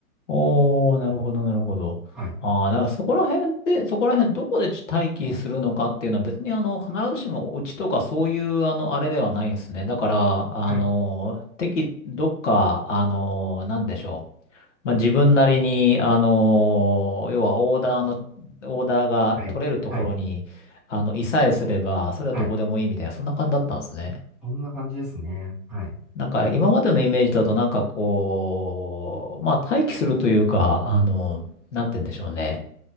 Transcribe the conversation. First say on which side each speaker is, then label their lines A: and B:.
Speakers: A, on the left; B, in the centre.
A: おー、なるほど、なるほど。
B: はい。
A: ああ、だからそこら辺って、そこら辺どこで待機するのかっていうのは別にあの、必ずしもうちとかそういうあの、あれではないですね。だから、あの、
B: はい。
A: 適、どっか、あの、なんでしょう。まあ、自分なりに、あの、要はオーダーの、オーダーが取れるところに、
B: はい。はい。
A: あの、いさえすれば、それはどこでもいいみたいな、
B: はい。
A: そんな感じだったんですね。
B: こんな感じですね。はい。
A: なんか今までのイメージだとなんかこう、まあ待機するというか、あの、なんて言うんでしょうね。